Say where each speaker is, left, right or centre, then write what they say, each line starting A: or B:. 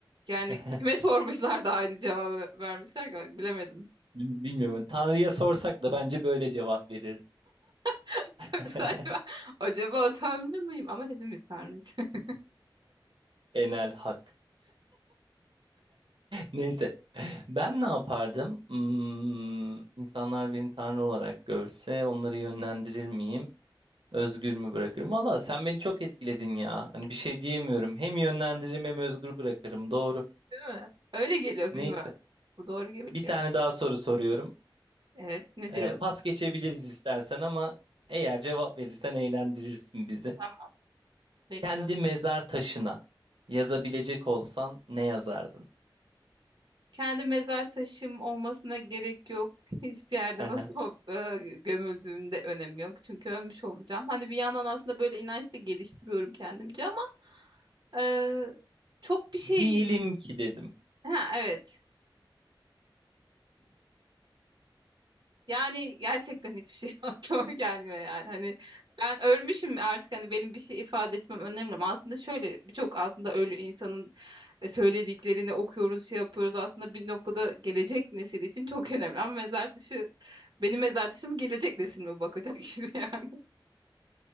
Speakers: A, on the right (about 60°); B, on the right (about 85°).
A: yani
B: <laughs>
A: kime sormuşlar da aynı cevabı vermişler ki bilemedim.
B: Bil- Bilmiyorum. Hani Tanrı'ya sorsak da bence böyle cevap verirdi.
A: <laughs>
B: <laughs>
A: Çok saçma. Acaba tanrı mıyım? Ama hepimiz tanrıyız. <laughs>
B: Enel hak. Neyse. Ben ne yapardım? Hmm, insanlar beni tanrı olarak görse onları yönlendirir miyim? Özgür mü bırakırım? Valla sen beni çok etkiledin ya. Hani bir şey diyemiyorum. Hem yönlendiririm hem özgür bırakırım. Doğru.
A: Değil mi? Öyle geliyor
B: Neyse.
A: bilmiyorum. Bu doğru geliyor.
B: Bir tane daha soru soruyorum.
A: Evet nedir
B: Ee,
A: o?
B: pas geçebiliriz istersen ama eğer cevap verirsen eğlendirirsin bizi.
A: Tamam bekliyorum.
B: Kendi mezar taşına yazabilecek olsan ne yazardın?
A: Kendi mezar taşım olmasına gerek yok. Hiçbir yerde
B: <laughs>
A: nasıl e, gömüldüğümde önemi yok. Çünkü ölmüş olacağım. Hani bir yandan aslında böyle inanç da geliştiriyorum kendimce ama e, çok bir şey...
B: Diyelim ki dedim.
A: Ha evet Yani gerçekten hiçbir şey <laughs> aklıma gelmiyor yani. Hani ben ölmüşüm artık hani benim bir şey ifade etmem önemli mi? Aslında şöyle birçok aslında ölü insanın e, söylediklerini okuyoruz, şey yapıyoruz. Aslında bir noktada gelecek nesil için çok <laughs> önemli. Ama mezar taşı benim mezar taşım gelecek nesil mi bakacak <laughs> şimdi yani.